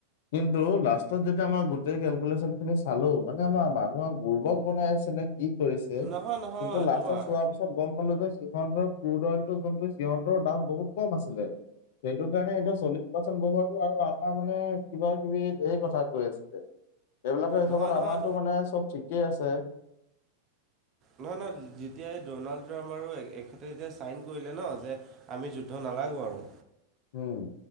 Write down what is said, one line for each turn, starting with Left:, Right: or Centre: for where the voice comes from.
Left: কিন্তু লাষ্টত যেতিয়া আমাৰ গোটেই কেলকুলেচনখিনি চালো মানে আমাৰ মানুহক বুৰৰ্বক বনাই আছে নে কি কৰিছে
Right: নহয় নহয়
Left: কিন্তু লাষ্টত
Right: তোমাৰ
Left: চোৱা পিছত তাত গম পালোঁ যে সিহঁতৰ ক্ৰুড অইলটো যোনটো সিহঁতৰ দাম বহুত কম আছিলে এইটো কাৰণে এতিয়াও চল্লিশ পাৰ্চেণ্ট বঢ়োৱাটো আৰু আমাৰ মানে কিবাকিবি ধেৰ কথা কৈ আছে গে। এইবিলাকৰ হিচাপত
Right: নহয়
Left: আমাৰতো
Right: নহয়
Left: মানে চব ঠিকেই আছে
Right: নহয়-নহয় যেতিয়া এই ড'নাল্ড ট্ৰাম্প আৰু এখেতে যেতিয়া চাইন কৰিলে ন' যে আমি যুদ্ধ নালাগো আৰু
Left: উম,